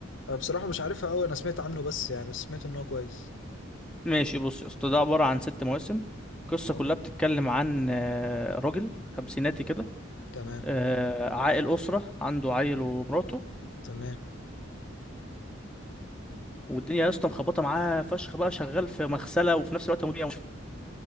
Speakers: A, on the left; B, in the centre.
A: آه، بصراحة مش عارفها أوي أنا سمعت عنه بس يعني بس سمعت إن هو كويس
B: ماشي بص يا اسطى ده عبارة عن ست مواسم القصة
A: أه
B: كلها بتتكلم عن آه، راجل خمسيناتي كده
A: تمام
B: آه، عائل أسرة عنده عيل ومراته
A: تمام
B: والدنيا يا اسطى مخبطة معاه فشخ بقى شغال في مغسلة وفي نفس الوقت مدير مش